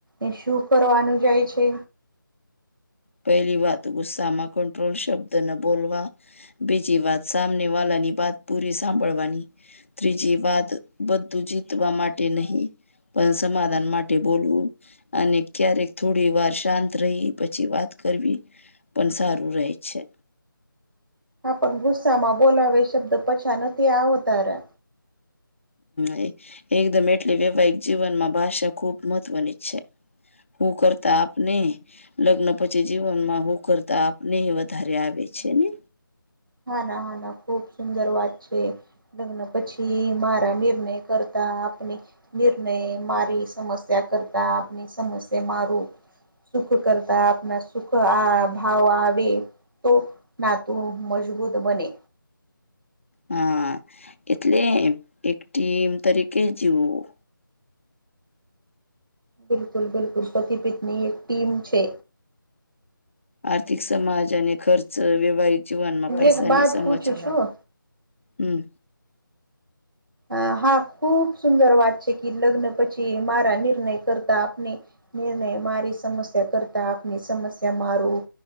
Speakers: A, on the right; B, on the left.
A: એ શું કરવાનું જાય છે
B: પહેલી વાત ગુસ્સામાં કંટ્રોલ શબ્દ ન બોલવા બીજી વાત સામને વાળની વાત પૂરી સાંભળવાની ત્રીજી વાત બધું જીતવા માટે નહીિ પણ સમાધાન માટે બોલવું અને ક્યારેક થોડી વાર શાંત રહી પછી વાત કરવી પણ સારું રહેે છે.
A: પણ ગુસ્સામાં બોલાવે શબ્દ પછાન ત આ હોતારે
B: હ એકદમ એટલે વૈવાહિક જીવનમાં ભાષા ખુબ મહત્વની જ છે‌ કુ કરતાાપને- લગ્ન પછી જીવનમાં હું કરતા આપને વધારે આવે છે ને?
A: હા ના હા ના ખૂબ સુંદર વાત છે લગ્ન પછી મારા નિર્ણય કરતા આપણે નિર્ણય મારી સમસ્યા કરતા આપની સમસ્યા મારું સુખ કરતા આપણા સુખ આ ભાવ આવે તો નાતું મજબૂત બને
B: હા એટલે એક ટીમ તરીકે જવું
A: બિલકુલ બિલકુલ પતિપીતની એક ટીમ છે.
B: આર્થિક સમાજ અને ખર્ચ વૈવાહિક જીવનમાં પૈસાની
A: એક બાત
B: સમજ
A: પૂછું છું
B: હમ.
A: અ હા ખુબ સુંદર વાત છે કે લગ્ન પછી મારા નિર્ણય કરતા આપણે નિર્ણય મારી સમસ્યા કરતા આપની સમસ્યા મારું